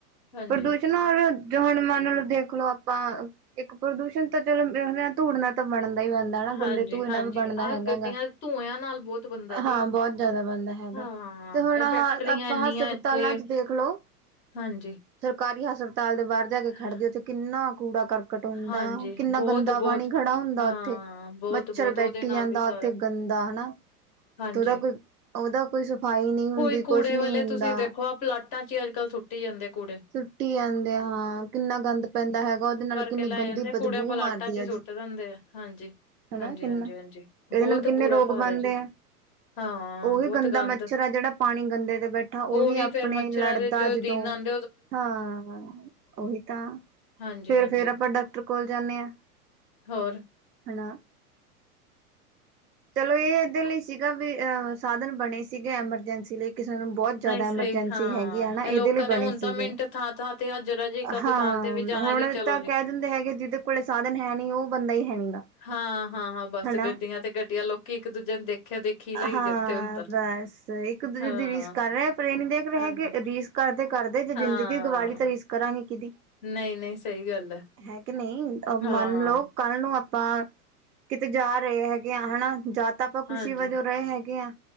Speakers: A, on the left; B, on the right.
A: ਹਾਂਜੀ।
B: ਪਰਦੂਸ਼ ਨਾ ਹੋਰ <unintelligible> ਮਨ ਨੂੰ ਦੇਖਲੋ। ਆਪਾਂ ਇੱਕ ਪ੍ਰਦੂਸ਼ਣ ਤਾਂ ਚਲੋ ਵੇਖਨੇ ਆਂ, ਧੂੜਨਾ ਤਾਂ ਬਣਦਾ ਹੀ ਬਣਦਾ। ਹੈਨਾ
A: ਹਾਂਜੀ-ਹਾਂਜੀ
B: ਗੰਦੇ ਧੂਏਂ ਨਾਲ ਵੀ ਬਣਦਾ
A: ਆਹ
B: ਹੈਗਾ
A: ਗੱਡੀਆਂ
B: ਵਾ,
A: ਧੂੰਆਂ ਨਾਲ ਬਹੁਤ ਬਣਦਾ ਜੀ
B: ਹਾਂ ਬਹੁਤ ਜ਼ਿਆਦਾ ਬਣਦਾ ਹੈਗਾ।
A: ਹਾਂ
B: ਤੇ ਹੁਣ
A: ਇਹ
B: ਹਾਲ
A: ਫੈਕਟਰੀਆਂ
B: ਆਪਾਂ
A: ਇੰਨੀਆਂ
B: ਹਸਪਤਾਲਾਂ
A: ਇੱਥੇ
B: ਚ ਦੇਖਲੋ
A: ਹਾਂਜੀ,
B: ਸਰਕਾਰੀ ਹਸਪਤਾਲ ਦੇ ਬਾਹਰ ਜਾ ਕੇ ਖੜਦੇ,
A: ਹਾਂ,
B: ਉੱਥੇ ਕਿੰਨਾ ਕੂੜਾ ਕਰ ਕਟ ਹੁੰਦਾ,
A: ਹਾਂਜੀ
B: ਕਿੰਨਾ
A: ਬਹੁਤ-ਬਹੁਤ
B: ਗੰਦਾ ਪਾਣੀ ਖੜਾ ਹੁੰਦਾ
A: ਹਾਂ
B: ਉੱਥੇ,
A: ਬਹੁਤ-ਬਹੁਤ
B: ਮੱਛਰ ਬੈਠੀ
A: ਉਹਦੇ ਨਾਲ
B: ਜਾਂਦਾ
A: ਵੀ ਸਾਰਾ
B: ਉੱਥੇ ਗੰਦਾ ਹੈਨਾ,
A: ਹਾਂਜੀ-ਹਾਂਜੀ
B: ਤੇ ਉਹਦਾ ਕੋਈ ਉਹਦਾ ਕੋਈ ਸ ਸਫਾਈ ਨਹੀਂ ਹੁੰਦੀ,
A: ਕੋਈ ਕੂੜੇ
B: ਕੁਛ ਨੀ
A: ਵਾਲੇ
B: ਹੁੰਦਾ।
A: ਤੁਸੀਂ ਦੇਖੋ ਆਹ ਪਲਾਟਾਂ ਚ ਹੀ ਅੱਜ ਕੱਲ੍ਹ ਸੁੱਟੀ ਜਾਂਦੇ ਕੂੜੇ।
B: ਸੁੱਟੀ ਜਾਂਦੇ ਆ ਹਾਂ, ਕਿੰਨਾ ਗੰਦ ਪੈਂਦਾ ਹੈਗਾ ਉਹਦੇ ਨਾਲ। ਕਿੰਨੀ
A: ਚੁੱਕ ਕੇ ਲੈ
B: ਗੰਦੀ
A: ਜਾਂਦੇ ਆ
B: ਬਦਬੂ
A: ਕੂੜੇ, ਪਲਾਟਾ
B: ਮਾਰਦੀ
A: ਚ ਹੀ
B: ਆ ਉਹਦੀ
A: ਸੁੱਟ ਦਿੰਦੇ ਆ, ਹਾਂਜੀ।
B: ਹਨਾ
A: ਹਾਂਜੀ-
B: ਕਿੰਨਾ
A: ਹਾਂਜੀ-ਹਾਂਜੀ,
B: ਇਹਦੇ
A: ਬਹੁਤ
B: ਨਾਲ ਕਿੰਨੇ
A: ਬੁਰਾ
B: ਰੋਗ
A: ਹਾਲ
B: ਬਣਦੇ
A: ਹੈ ਜੀ।
B: ਆ
A: ਹਾਂ,
B: ਉਹੀ
A: ਬਹੁਤ
B: ਗੰਦਾ
A: ਗੰਦ।
B: ਮੱਛਰ ਆ ਜਿਹੜਾ ਪਾਣੀ ਗੰਦੇ ਤੇ ਬੈਠਾ
A: ਉਹੀ
B: ਆਪਣੇ
A: ਫੇਰ ਮੱਛਰਾਂ
B: ਲੜਦਾ
A: ਦੇ ਜੋ
B: ਜਦੋਂ
A: ਦਿਨਾ ਆਂਦ
B: ਹਾਂ, ਉਹੀ ਤਾਂ।
A: ਹਾਂਜੀ-ਹਾਂਜੀ
B: ਫਿਰ-ਫਿਰ ਅ ਆਪਾਂ ਡਾਕਟਰ ਕੋਲ ਜਾਂਦੇ ਹਾਂ,
A: ਹੋਰ
B: ਹੈਨਾ। ਚਲੋ ਇਹ ਇਹਦੇ ਲਈ ਸੀਗਾ ਵੀ ਅਹ ਸਾਧਨ ਬਣੇ ਸੀਗੇ ਐਮਰਜੈਂਸੀ ਲਈ, ਕਿਸੇ ਨੂੰ ਬਹੁਤ ਜ਼ਿਆਦਾ
A: ਨਹੀਂ ਸਹੀ
B: ਐਮਰਜੈਂਸੀ
A: ਹਾਂ
B: ਹੈਗੀ ਹੈ ਨਾ, ਇਹਦੇ
A: ਇਹ ਲੋਕਾਂ
B: ਲਈ
A: ਨੇ
B: ਬਣੇ
A: ਹੁਣ
B: ਸੀ।
A: ਤਾਂ
B: ਸੀਗੇ
A: ਮਿੰਟ ਥਾਂ-ਥਾਂ ਤੇ ਆ ਜਰਾ ਜੀ ਇੱਕ
B: <unintelligible> ਹਾਂ
A: ਦੁਕਾਨ ਤੇ ਵੀ ਜਾਣਾ
B: ਹੁਣ
A: ਜੀ
B: ਇਦਾਂ
A: ਚਲੋ ਜੀ
B: ਕਹਿ ਦਿੰਦੇ ਹੈਗੇ ਜ ਦੇ ਕੋਲ ਸਾਧਨ ਹੈ ਨੀ ਉਹ ਬੰਦਾ ਹੀ ਹੈ ਨਹੀਂ ਗਾ
A: ਹਾਂ ਹਾਂ ਹਾਂ ਬਸ
B: ਹਨਾ
A: ਗੱਡੀਆਂ ਤੇ ਗੱਡੀਆਂ ਲੋਕੀ ਇੱਕ ਦੂਜੇ ਨੇ ਦੇਖਿਆ ਦੇਖੀ ਲਾਈ
B: ਹਾਂ
A: ਜਾਂਦੇ ਹੁਣ ਤਾਂ
B: <unintelligible> <unintelligible> ਰੀਸ
A: ਹਾਂ
B: ਕਰ ਰਹੇ ਪਰ ਇਹ ਨੀ ਦੇਖ ਰਹੇ
A: ਹਾਂਜੀ
B: ਕਿ ਰੀਸ ਕਰਦੇ ਕਰਦੇ ਜੇ ਜ਼ਿੰਦਗੀ
A: ਹਾਂ
B: ਗਵਾਲੀ ਤਾਂ ਰੀਸ ਕਰਾਂਗੇ ਕਿਹਦੀ
A: ਨਹੀਂ-ਨਹੀਂ ਸਹੀ ਗੱਲ
B: ਹੈ ਕਿ ਨਹੀਂ
A: ਹਾਂ
B: ਮਨ ਲੋ ਕੱਲ ਨੂੰ ਆਪਾਂ, ਕਿਤੇ ਜਾ ਰਹੇ ਹੈਗੇ ਹਾਂ। ਹਨਾ, ਜਾ- ਤਾਂ ਆਪਾਂ, ਖੁਸ਼ੀ
A: ਹਾਂਜੀ।
B: ਵਜੋਂ ਰਹੇ ਹੈਗੇ ਹੈ।